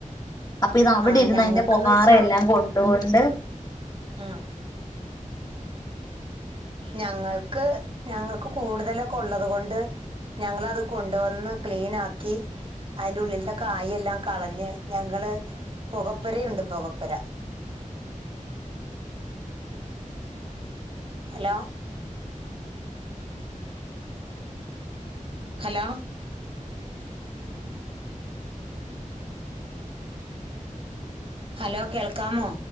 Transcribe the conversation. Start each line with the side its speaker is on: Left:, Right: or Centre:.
Left: അപ്പൊ ഇത് അവിടെ
Right: ആ
Left: ഇരുന്ന്
Right: ഞങ്ങൾക്കെന്ന്
Left: അതിന്റെ പൊഹാറ
Right: വെച്ചാ
Left: എല്ലാം കൊണ്ട് കൊണ്ട്
Right: ആഹ് ഞങ്ങൾക്ക് ഞങ്ങൾക്ക് കൂടുതലൊക്കെ ഉള്ളത് കൊണ്ട് ഞങ്ങളത് കൊണ്ടുവന്ന് ക്ലീനാക്കി അതിന്റെ ഉള്ളിലത്തെ കായെല്ലാം കളഞ്ഞ് ഞങ്ങള് പുകപ്പൊരയുണ്ട് പുകപ്പൊര ഹലോ ഹലോ ഹലോ കേൾക്കാമോ